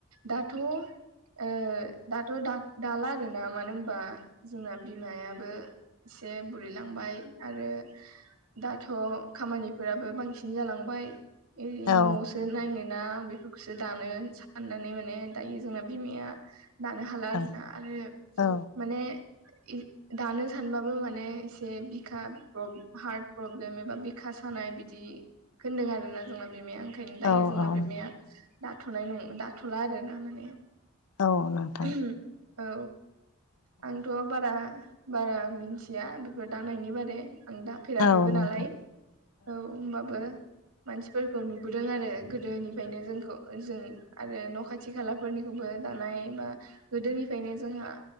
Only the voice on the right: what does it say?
दाथ' ओ दाथ' दा दाला आरो ना मानो होनबा जोंना बिमाआबो एसे बु बुरिलांबाय आरो दाथ' खामानिफोराबो बांसिन जालांबाय एरै
न' आव सो नायनो ना बेफोरखौसो दानो साननानै माने दायो जोंना बिमाआ दानो हाल हाला आरोना
आरो
माने इ दानो सानबाबो माने एसे बिखा प्रब्लेम हार्ट प्रब्लेम एबा बिखा सानाय बिदि खोनदों आरोना जोंना बिमाआ ओंखायनो दायो
जोंना
बिमाआ दाथ'नाय नं दाथ'ला आरो ना माने
उम औ आंथ' बारा बारा मिथिया बेफोर दानायनि बारै आं दा दाफेराखैबो
नालाय औ होमबाबो मानसिफोरखौ नुबोदों आरो गोदोनिफ्रायनो जोंखौ जों आरो न' खाथि खाथि खालाफोरनिखौबो दानाय बा गोदोनिफ्रायनो जोंहा